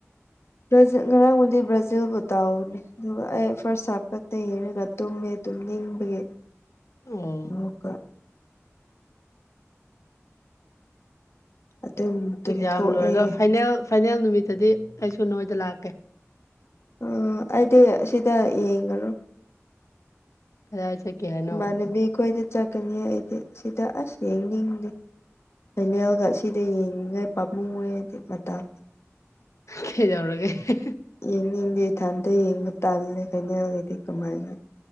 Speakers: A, on the left (about 60°); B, on the left (about 80°).
A: ꯕ꯭ꯔꯖꯤ ꯉꯔꯥꯡꯕꯨꯗꯤ ꯕ꯭ꯔꯥꯖꯤꯜꯕꯨ ꯇꯧꯕꯅꯦ ꯑꯗꯨꯒ ꯑꯩ ꯐꯥꯔꯁ ꯍꯥꯞꯇ ꯇꯨꯌꯦꯡꯒ ꯇꯨꯝꯃꯦ ꯇꯨꯝꯅꯤꯡꯕꯒꯤ
B: ꯑꯣ
A: ꯑꯣꯀ <unintelligible> ꯑꯗꯨꯝ ꯇꯨꯝꯊꯣꯛꯑꯦ
B: ꯑꯦꯛꯖꯥꯝ ꯂꯣꯏꯔꯒ ꯐꯥꯏꯅꯦꯜ ꯐꯥꯏꯅꯦꯜ ꯅꯨꯃꯤꯠꯇꯗꯤ ꯑꯩꯁꯨ ꯅꯣꯏꯗ ꯂꯥꯛꯀꯦ
A: ꯎ ꯑꯩꯗꯤ ꯁꯤꯗ ꯌꯦꯡꯉꯔꫭꯏ
B: ꯀꯔꯥꯏ ꯆꯠꯀꯦ ꯍꯥ
A: ꯏꯃꯥꯟꯅꯕꯤ ꯈꯣꯏꯗ ꯆꯠꯀꯅꯤ ꯑꯩꯗꯤ ꯁꯤꯗ ꯑꯁ ꯌꯦꯡꯅꯤꯡꯗꯦ ꯐꯦꯅꯦꯜꯗ ꯁꯤꯗ ꯌꯦꯡꯂꯤꯉꯥꯏ ꯄꯥꯝꯃꯨꯋꯦꯗꯤ ꯃꯇꯥꯡ
B: ꯀꯩꯗꯧꯔꯒꯦ
A: ꯌꯦꯡꯅꯤꯡꯗꯦ ꯏꯊꯟꯇ ꯌꯦꯡꯕ ꯇꯥꯜꯂꯦ ꯐꯩꯅꯦꯜꯗꯤ ꯀꯃꯥꯏꯅ